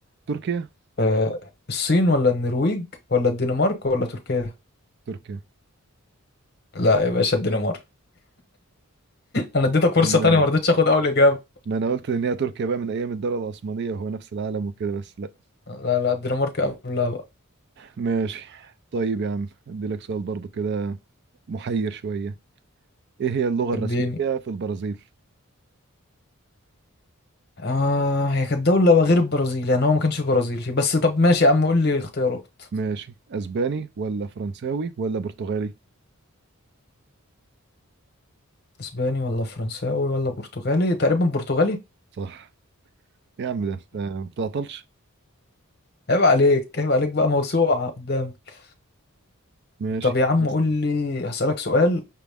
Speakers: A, on the right; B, on the left.
A: تركيا
B: آه الصين ولا النرويج ولا الدنمارك ولا تركيا
A: تركيا
B: لا يا باشا الدنمارك انا اديتك فرصة
A: يعني
B: تانية ما رضيتش اخد اول اجابة
A: ما انا قلت ان هي تركيا بقى من ايام الدولة العثمانية وهو نفس العالم وكده بس لا
B: لا لا الدنمارك قبلها بقى
A: ماشي طيب يا عم ادي لك سؤال برضو كده محير شوية ايه هي اللغة الرسمية
B: اديني
A: في البرازيل
B: اه هي كانت دولة غير البرازيل يعني هو ما كانش برازيلي بس طب ماشي يا عم قول لي اختيارات
A: ماشي اسباني ولا فرنساوي ولا برتغالي
B: اسباني ولا فرنساوي ولا برتغالي تقريبا برتغالي
A: صح يا عم ده انت ما بتعطلش
B: عيب عليك عيب عليك بقى موسوعة قدامك
A: ماشي
B: طب يا عم
A: اسأل
B: قول لي هسألك سؤال